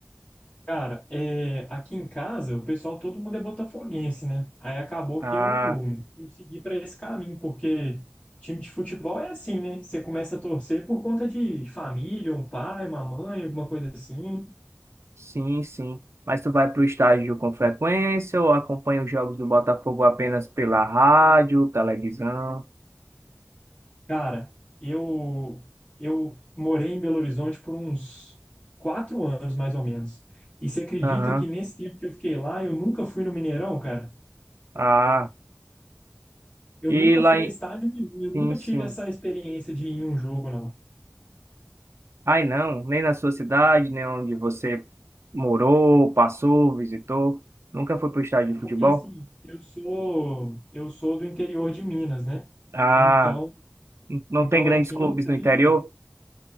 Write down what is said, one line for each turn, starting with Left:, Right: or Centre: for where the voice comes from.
Left: Cara, é, aqui em casa o pessoal, todo mundo é botafoguense, né? Aí acabou
Right: Ah,
Left: que eu, eu segui para esse caminho, porque time de futebol é assim, né? Você começa a torcer por conta de família, um pai, uma mãe, alguma coisa assim.
Right: sim, sim. Mas tu vai para o estádio com frequência ou acompanha os jogos do Botafogo apenas pela rádio, televisão?
Left: Cara, eu eu morei em Belo Horizonte por uns quatro anos, mais ou menos. E você acredita
Right: Aham.
Left: que nesse tempo que eu fiquei lá, eu nunca fui no Mineirão, cara?
Right: Ah,
Left: Eu
Right: e
Left: nunca
Right: lá
Left: fui
Right: em...
Left: a estádio nenhum, eu
Right: Sim,
Left: nunca
Right: sim.
Left: tive essa experiência de ir em um jogo, não.
Right: Ai, não, nem na sua cidade, nem onde você morou, passou, visitou. Nunca foi para o estádio
Left: É porque
Right: de futebol?
Left: assim, eu sou eu sou do interior de Minas, né?
Right: Ah,
Left: Então,
Right: não
Left: então
Right: tem grandes
Left: aqui
Right: clubes
Left: não tem.
Right: no interior?